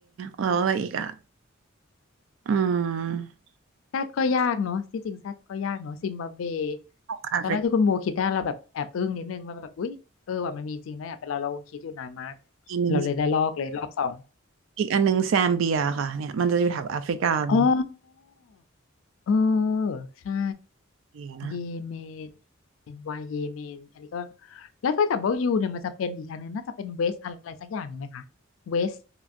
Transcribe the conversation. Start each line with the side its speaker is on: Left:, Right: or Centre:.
Right: แล้วอะไรอีกอ่ะอืม
Left: Z ก็ยากเนาะที่จริง Z ก็ยากเนาะซิมบับเว
Right: แอฟริกา
Left: ตอนแรกที่คุณโบคิดได้เราแบบแอบอึ้งนิดนึงมาแบบอุ๊ยเออว่ามันมีจริงนะอ่ะเป็นเราเราคงคิดอยู่นานมาก
Right: อันหนึ่ง
Left: เราเลยได้ลอกเลยรอบสอง
Right: อีกอันหนึ่งแซมเบียค่ะเนี่ยมันจะอยู่แถวแอฟริกาเลย
Left: อ๋อเออใช่
Right: เบียนะ
Left: เยเมนวายเยเมนอันนี้ก็แล้วถ้ากิดว่ายูเนี่ยมันจะเป็นอีกอันนึงน่าจะเป็นเวสอะไรสักอย่างหนึ่งไหมคะเวส